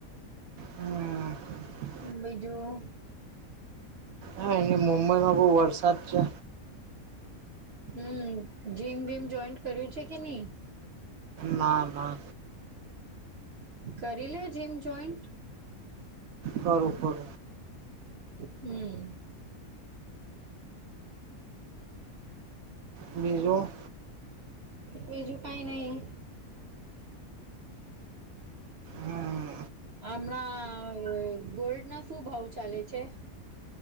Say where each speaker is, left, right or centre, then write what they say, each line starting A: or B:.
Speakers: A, on the right; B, on the right.
A: હમ.
B: બીજું
A: હા એ મુંબઈમાં બહુ વરસાદ છે.
B: હમ્મ જીમ વિમ જોઈન્ટ કર્યું છે કે નહી.
A: ના ના.
B: કરી લે જીમ જોઈન્ટ.
A: કરું કરું.
B: હમ્મ.
A: બીજું.
B: બજું કઈ નહી.
A: હમ
B: હમણાં ગોલ્ડ ના શું ભાવ ચાલે છે.